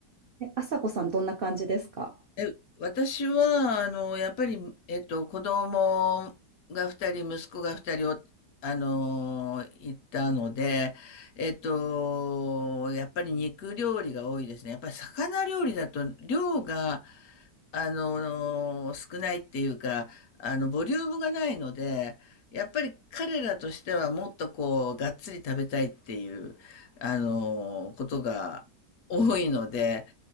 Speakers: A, on the right; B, on the left.
A: え、あさこさん、どんな感じですか
B: え、私は、あの、やっぱり、えっと、子供が二人、息子が二人を、あの、いたので、えっと、やっぱり肉料理が多いですね。やっぱり魚料理だと、量が、あの、少ないっていうか、あの、ボリュームがないので、やっぱり彼らとしてはもっとこう、がっつり食べたいっていう、あの、ことが多いので、